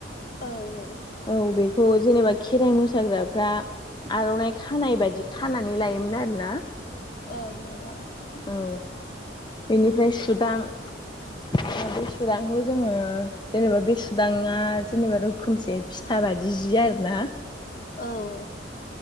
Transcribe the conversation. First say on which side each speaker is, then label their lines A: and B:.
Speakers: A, on the left (about 50°); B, on the left (about 25°).
A: औ औ
B: औ बेखौ जेनेबा खेराइ मोसाग्राफ्रा आर'नाइ खानाय बायदि खानानै लायोमोन आरोना।
A: औ नोंथां।
B: औ बेनिफ्राय सुदां ओ बे सुदांखौ जोङो जेनेबा बे सुदाङा जेनेबा रोखोमसे फिथा बायदि जि आरो ना
A: औ